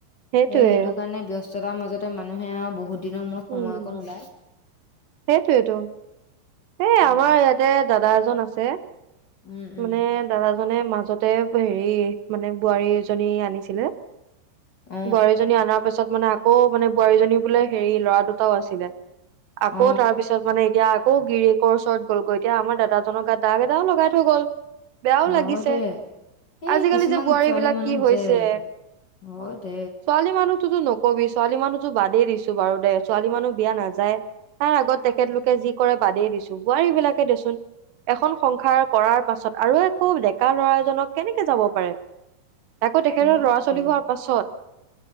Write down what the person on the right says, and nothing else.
সেইটোয়ে
উম
সেইটোয়েতো এই
আমাৰ ইয়াতে দাদা এজন আছে।
মানে দাদাজনে মাজতে হেৰি মানে, বোৱাৰী এজনী আনিছিলে।
বোৱাৰীজনী অনাৰ পিছত মানে আকৌ মানে বোৱাৰীজনী বোলে হেৰি ল'ৰা দুটাও আছিলে। আকৌ
তাৰ পিছত মানে এতিয়া আকৌ গিৰিকৰ ওচৰত গল গৈ এতিয়া আমাৰ দাজক গাত দাগ এটাও লগাই থৈ গ'ল। বেয়াও
লাগিছে।
আজিকালি
যে বোৱাৰী
বিলাক
কি হৈছে।
ছালী মানুহতোতো নকবি ছোৱালী মানুহতো বাদেই দিছো বাৰু দে ছোৱালী মানুহ বিয়া নাযায়। তাৰ আগত তেখেতলোকে যি কৰে বাদেই দিছো বোৱাৰী বিলাকে দেচোন এখন সংসাৰ কৰাৰ পাছত আৰু একৌ ডেকা ল'ৰাজনক কেনেকে যাব পাৰে। আকৌ তেখেতৰ
ল'ৰা ছোৱালী
হোৱাৰ পাছত।